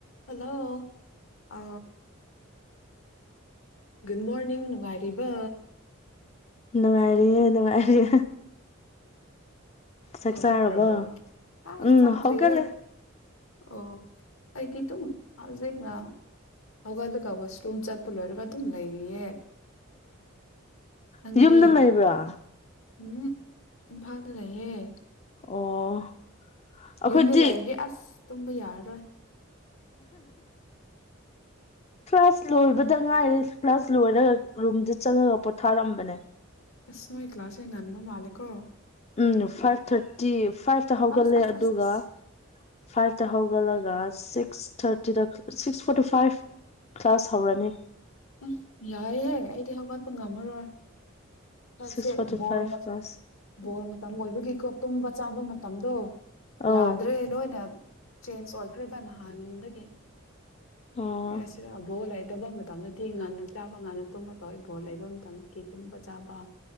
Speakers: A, on the left (about 80°); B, on the left (about 30°).
A: hello uh good morning ꯅꯨꯡꯉꯥꯏꯔꯤꯕ
B: ꯅꯨꯡꯉꯥꯏꯔꯤꯌꯦ ꯅꯨꯡꯉꯥꯏꯔꯤꯌꯦ ꯆꯥꯛ
A: ꯍꯧꯒꯠ꯭ꯔꯕꯣ
B: ꯆꯥꯔꯕꯣ
A: ꯍ
B: ꯎꯝ
A: ꯆꯗ꯭ꯔꯤꯌꯦꯦ
B: ꯍꯧꯒꯠꯂꯦ
A: ꯑꯣ ꯑꯩꯒꯤ ꯑꯗꯨꯨꯝ ꯍꯧꯖꯤꯛꯅ ꯑꯗꯨꯒ ꯑꯗꯨꯒ ꯋꯥꯁꯔꯨꯝ ꯆꯠꯄ ꯂꯣꯏꯔꯒ ꯑꯗꯨꯝ ꯂꯩꯔꯤꯌꯦ ꯅꯪꯗꯤ
B: ꯑ ꯌꯨꯝꯗ ꯂꯩꯕ꯭ꯔꯥ
A: ꯎꯝ ꯏꯝꯐꯥꯜꯗ ꯂꯩꯌꯦꯦ
B: ꯑꯣ ꯑꯩꯈꯣꯏꯗꯤ
A: ꯌꯨꯝꯗ ꯂꯩꯔꯗꯤ ꯑꯁ ꯇꯨꯝꯕ ꯌꯥꯔꯔꯣꯏ
B: ꯀ꯭ꯂꯥꯁ ꯂꯣꯏꯕꯗ ꯉꯥꯏꯔꯦ ꯀ꯭ꯂꯥꯁ ꯂꯣꯏꯔꯒ ꯔꯨꯝꯗ ꯆꯪꯉꯒ ꯄꯣꯊꯥꯔꯛꯝꯕꯅꯦ
A: ꯑꯁ ꯅꯣꯏ ꯀ꯭ꯂꯥꯁ ꯌꯦꯡꯒꯟꯕ ꯃꯥꯜꯂꯦ ꯀꯣ
B: ꯎꯝ ꯐꯥꯏꯚ ꯊꯥꯔꯇꯤ ꯐꯥꯏꯚꯇ ꯍꯧꯒꯠꯂꯦ
A: ꯑꯁ ꯑꯁ
B: ꯑꯗꯨꯒ
A: ꯑꯁ ꯑꯁ
B: ꯐꯥꯏꯚꯇ ꯍꯧꯒꯠꯂꯒ ꯁꯤꯛꯁ ꯁꯤꯛꯁ ꯊꯥꯔꯇꯤꯗ ꯁꯤꯛꯁ ꯐꯣꯔꯇꯤ ꯐꯥꯏꯚ ꯀ꯭ꯂꯥꯁ ꯍꯧꯔꯅꯤ
A: ꯎꯝ ꯌꯥꯏꯍꯦ ꯑꯩꯗꯤ ꯍꯧꯒꯠꯄ ꯉꯝꯃꯔꯣꯏ
B: ꯁꯤꯛꯁ
A: ꯁꯦ
B: ꯐꯣꯔꯇꯤ ꯐꯥꯏꯚ
A: ꯣꯜ ꯃ
B: ꯀ꯭ꯂꯥꯁ
A: ꯣꯜ ꯃ ꯃꯇꯝ ꯑꯣꯏꯕꯒꯤꯀꯣ ꯇꯨꯝꯕ ꯆꯥꯕ ꯃꯇꯝꯗꯣ
B: ꯑꯧ
A: ꯌꯥꯗ꯭ꯔꯦ ꯂꯣꯏꯅ ꯆꯦꯟꯖ ꯑꯣꯏꯈ꯭ꯔꯦꯔꯤꯕ ꯅꯍꯥꯟꯗꯒꯤ
B: ꯑꯣ
A: ꯍꯥꯏꯁꯤꯔꯥ ꯕꯣ ꯗꯕ ꯃꯇꯝꯗꯗꯤ ꯉꯟꯅ ꯆꯥꯕ ꯉꯟꯅ ꯇꯨꯝꯕ ꯇꯧꯏꯕꯣ ꯂꯩꯕ ꯃꯇꯝ ꯀ ꯇꯨꯝꯕ ꯆꯥꯕ